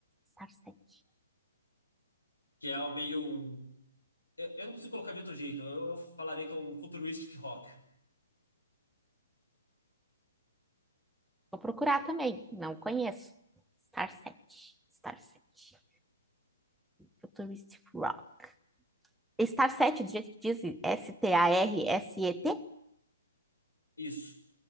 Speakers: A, in the centre; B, on the left (about 85°).
A: Star 7.
B: que é o meio. um- Eu eu não consigo colocar de outro jeito. Eu, eu falaria que é um futuristic rock.
A: Vou procurar também. Não conheço. Star 7. Star 7. Futuristic Rock. Star 7, do jeito que diz S-T-A-R-S-E-T?
B: Isso.